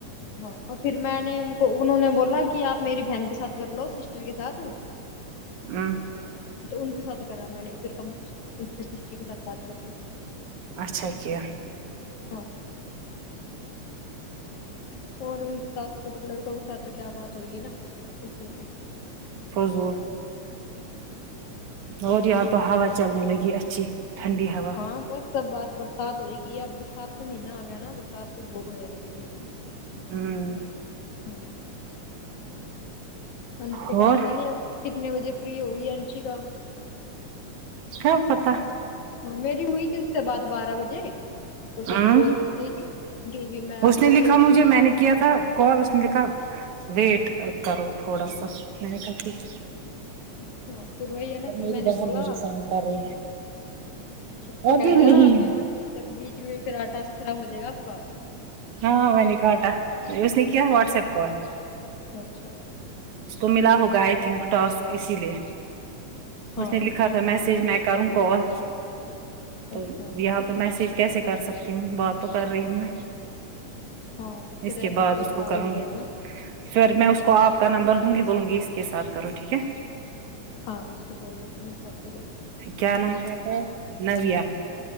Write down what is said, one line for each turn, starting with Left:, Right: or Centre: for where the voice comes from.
Left: ہاں اور پھر میں نے ان کو انہوں نے بولا کہ آپ میری بہن کے ساتھ کر لو سسٹر کے سات ناقابل سماعت
Right: ہ
Left: تو ان کے ساتھ کرا میں نے پھر کم کے سسٹر کے ساتھ بات کر دی
Right: اچھا کیا
Left: ہاں اور ان کے ساتھ م لڑکوں کے ساتھ تو کیا بات ہو گی نا اسی لیے
Right: فضول اور یہاں تو ہوا چلنے لگی اچھی ٹھنڈی ہوا
Left: ہاں بس س بار برسات ہو گی اب برسات کا مہینہ آ گیا نا برسات تو بہت ہو جائے گ
Right: ہ
Left: ہوں انشکا
Right: اور
Left: پتا نہیں اب کتنے بجے فری ہوگی انشکا
Right: کیا پتا
Left: ہاں میری ہوئی تھی اس کے بعد بارہ بجے تو وہ
Right: ہ
Left: کول گل گئی تھی جی جی میں آپ
Right: اس
Left: کو
Right: نے لکھا
Left: ش
Right: مجھے میں نے کیا تھا کال اس نے لکھا ویٹ کرو تھوڑا سا میں نے کہا ٹھیک ہے
Left: اچھا پھر وہی ہے نا
Right: اب
Left: پھر
Right: میری
Left: میں نے
Right: بہن
Left: بولا
Right: مجھے فون کر رہی
Left: اس
Right: ہے
Left: کو
Right: ابھی
Left: کہہ
Right: نہیں
Left: دینبھی مطل بیچ میں پھر آٹا خراب ہو جائے گا آپ کا
Right: ہاں ونی کااٹا اس نے کی واٹس ایپ کال <unintelligible>
Left: اچھا
Right: اس کو ملا ہوگا آئی تھنک ٹاسک اسی لیے
Left: ہاں
Right: اس نے لکھا تھا س میسیج میں کروں کال تو
Left: اچھا
Right: یہ تو میسج کیسے کر سکتی ہوں بات تو کر رہی ہوں
Left: ہاں پھر
Right: اس کے
Left: ایسے
Right: بعد
Left: کال
Right: اس
Left: خراب
Right: کو کروں
Left: ہو جائے گا نا
Right: پھر میں اس کو آپ کا نمبر دوں گی بولوں گی اس کے ساتھ کرو ٹھیک ہے
Left: ہاں اس کو بول دو کی میسج کرے
Right: کیا نام ہے آپ کا نویا